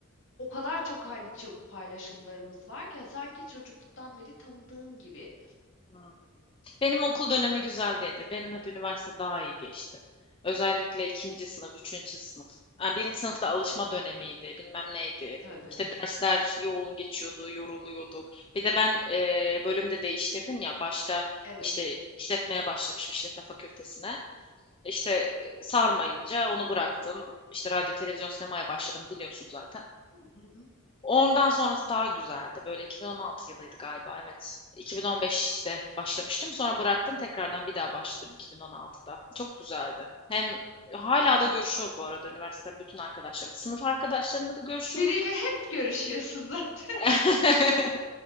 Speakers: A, on the left (about 55°); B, on the left (about 25°).
A: o kadar çok hani çok paylaşımlarımız var ki hani, sanki çocukluktan beri tanıdığım gibi.
B: Hı. Benim okul dönemi güzel değildi. Benim hep üniversite daha iyi geçti. Özellikle ikinci sınıf, üçüncü sınıf. Yani birinci sınıfta alışma dönemiydi bilmem neydi.
A: Tabii.
B: İşte dersler yoğun geçiyordu, yoruluyorduk. Bir de ben e, bölümde değiştirdim ya başta
A: Evet.
B: işte işletmeye başlamışım işletme fakültesine. İşte e, sarmayınca onu bıraktım. İşte radyo, televizyon, sinemaya başladım biliyorsun zaten.
A: Hı hı.
B: Ondan sonrası daha güzeldi. Böyle 2016 yılıydı galiba evet. 2015'te başlamıştım. Sonra bıraktım. Tekrardan bir daha başladım 2016'da. Çok güzeldi. Hem hala da görüşüyorum bu arada üniversiteden bütün arkadaşlarımla. Sınıf arkadaşlarımla da görüşüyorum.
A: Biriyle hep görüşüyorsun <laughs> zaten.
B: <laughs>